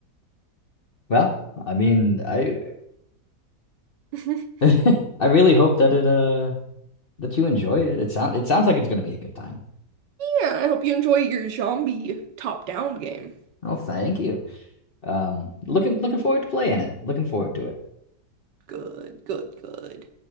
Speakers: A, on the left; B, on the right.
A: Well, I mean, I
B: <laughs>
A: <laughs> I really hope that it uh that you enjoy it. It sound it sounds like it's gonna be a good time.
B: Yeah, I hope you enjoy your zombie top-down game.
A: Oh, thank you. Um, looking looking forward to playing it. Looking forward to it.
B: Good, good, good.